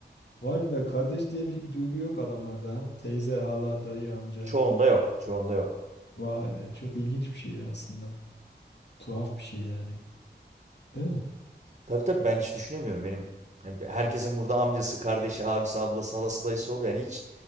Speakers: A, on the left; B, on the right.
A: Vay be kardeş diye bir, bir duygu yok adamlarda ha. Teyze, hala, dayı, amca.
B: Çoğunda yok, çoğunda yok.
A: Vay be çok ilginç bir şey ya aslında. Tuhaf bir şey yani. Değil mi?
B: Tabii tabii ben hiç düşünemiyorum. Benim hem herkesin burada amcası, kardeşi, abisi, ablası, halası, dayısı oluyor. Yani hiç